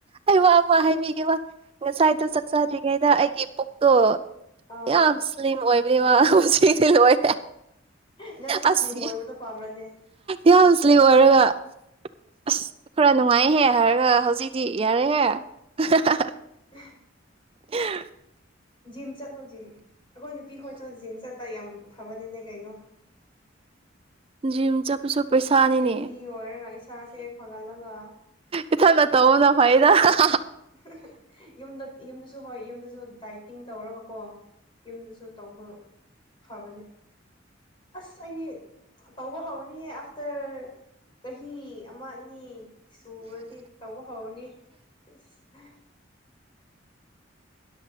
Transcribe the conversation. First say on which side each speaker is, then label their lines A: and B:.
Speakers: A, on the right (about 30°); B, on the left (about 25°).
A: ꯑꯩ ꯋꯥ ꯑꯃ ꯍꯥꯏꯕꯤꯒꯦ ꯋꯥ ꯉꯁꯥꯏꯗꯣ ꯆꯥꯛ ꯆꯥꯗ꯭ꯔꯤꯉꯩꯗ ꯑꯩ ꯄꯨꯛꯇꯣ
B: ꯑꯥ
A: ꯌꯥꯝ ꯁ꯭ꯂꯤꯝ ꯑꯣꯏ ꯄꯨꯅꯤꯃꯥ ꯍꯧꯖꯤꯛ ꯁꯤ ꯊꯤꯜꯂꯛꯑꯣꯌꯦ
B: ꯅꯪꯁꯨ ꯁ꯭ꯂꯤꯝ
A: ꯑꯁꯂꯤ
B: ꯑꯣꯏꯕꯗꯣ ꯄꯥꯝꯕ꯭ꯔꯅꯦ
A: ꯌꯥꯝ ꯁ꯭ꯂꯤꯝ ꯑꯣꯏꯔꯒ ꯑꯁ ꯈꯔ ꯅꯨꯡꯉꯥꯏꯍꯦ ꯍꯥꯏꯔꯒ ꯍꯧꯖꯤꯛꯇꯤ ꯌꯥꯔꯦꯍꯦ ꯑꯍꯥ꯭-ꯍꯥ-ꯍꯥ
B: ꯍꯦ
A: ꯍꯍ-
B: ꯖꯤꯝ ꯆꯠꯂꯣ ꯖꯤꯝ ꯑꯩꯈꯣꯏ ꯅꯨꯄꯤꯈꯣꯏꯁꯨ ꯖꯤꯝ ꯆꯠ ꯌꯥꯝ ꯐꯕꯅꯤꯅꯦ ꯀꯩꯅꯣ
A: ꯖꯤꯝ ꯆꯠꯄꯁꯨ ꯄꯩꯁꯥꯅꯤꯅꯦ
B: ꯍꯦꯜꯗꯤ ꯑꯣꯏꯔꯒ ꯏꯁꯥꯁꯦ ꯐꯒꯠꯂꯒ
A: ꯏꯊꯟꯇ ꯇꯧꯕꯅ ꯐꯩ ꯂꯧꯁꯤꯟꯕ ꯉꯝꯗꯕ
B: ꯍ-ꯍ ꯌꯨꯝꯗ ꯌꯨꯝꯗꯁꯨ ꯍꯣꯏ ꯌꯨꯝꯗꯁꯨ ꯗꯥꯏꯇꯤꯡ ꯇꯧꯔꯒꯀꯣ ꯌꯨꯝꯗꯁꯨ ꯇꯧꯕ ꯐꯕꯅꯦ ꯑꯁ ꯑꯩꯒꯤ ꯇꯧꯕ ꯍꯧꯔꯅꯤꯌꯦ ꯑꯥꯐꯇꯔ ꯆꯍꯤ ꯑꯃ ꯑꯅꯤ ꯁꯨꯔꯗꯤ ꯇꯧꯕ ꯍꯧꯔꯅꯤ ꯑꯁ ꯍꯍ